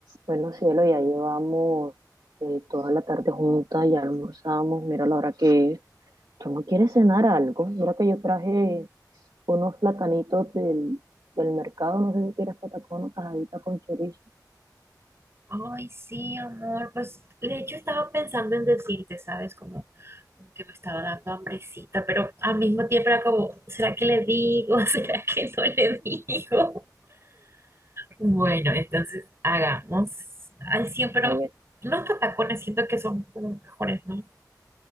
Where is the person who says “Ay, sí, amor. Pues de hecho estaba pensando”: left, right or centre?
Right